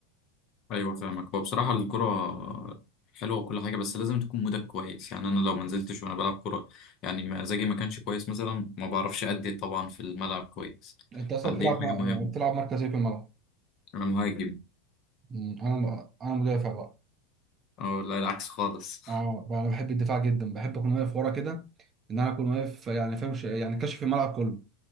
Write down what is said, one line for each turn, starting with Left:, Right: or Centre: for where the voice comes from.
Left: ايوه فاهمك هو بصراحه الكره حلوه وكل حاجه بس لازم تكون مودك كويس يعني انا لو ما نزلتش وانا بلعب كره يعني مزاجي ما كانش كويس مثلا ما بعرفش ادي طبعا في الملعب كويس
Right: انت اصلا
Left: فدي
Right: بتلعب م-
Left: حاجه مهمه
Right: بتلعب مركز ايه في الملعب؟
Left: انا مهاجم
Right: مم، انا انا مدافع بقى
Left: او لا العكس خالص
Right: اه بقى انا بحب الدفاع جدا بحب اكون واقف ورا كده ان انا اكون واقف يعني فاهم ش- يعني كاشف الملعب كله